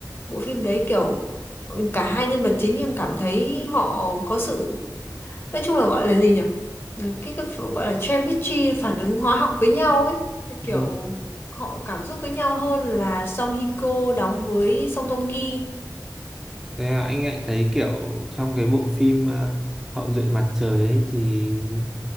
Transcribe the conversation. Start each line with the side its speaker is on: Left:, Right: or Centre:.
Left: Bộ phim đấy kiểu cả hai nhân vật chính em cảm thấy họ có sự nói chung là gọi là gì nhỉ Ừ, cái cái ph- gọi là chemistry phản ứng hóa học với nhau ấy Cái
Centre: ừ.
Left: kiểu họ cảm xúc với nhau hơn là Song Hye Kyo đóng với Song Joong Ki
Centre: Thế là anh lại thấy kiểu trong cái bộ phim ờ, hậu duệ mặt trời ấy thì